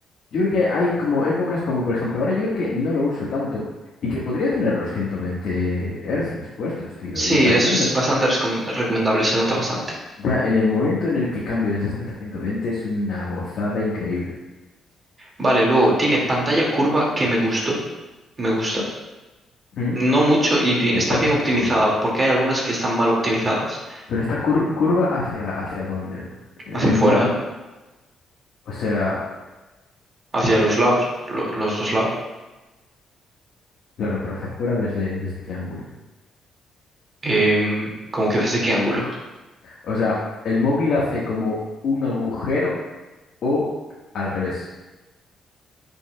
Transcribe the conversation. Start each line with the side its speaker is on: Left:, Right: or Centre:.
Left: Yo creo que hay como épocas como por ejemplo ahora yo creo que no lo uso tanto y que podría tener los 120 hercios puestos, tío.
Right: Sí,
Left: Y al
Right: es
Left: final me-
Right: bastante rescom- recomendable, se nota bastante.
Left: ya en el momento en el que cambio de sesenta a 120 es una gozada increíble.
Right: Vale, luego tiene pantalla curva que me gustó, me gusta.
Left: ¿Mm?
Right: No mucho y di-
Left: Pantallas
Right: está bien optimizada,
Left: curvas.
Right: porque hay algunas que están mal optimizadas.
Left: Pero esta cur- curva hacia, hacia dónde? Eh,
Right: Hacia afuera,
Left: no, n- o sea,
Right: hacia los lados, lo- los dos lados.
Left: claro, pero hacia afuera desde, desde qué ángulo.
Right: Em, ¿cómo que desde qué ángulo?
Left: O sea, el móvil hace como un agujero o al revés,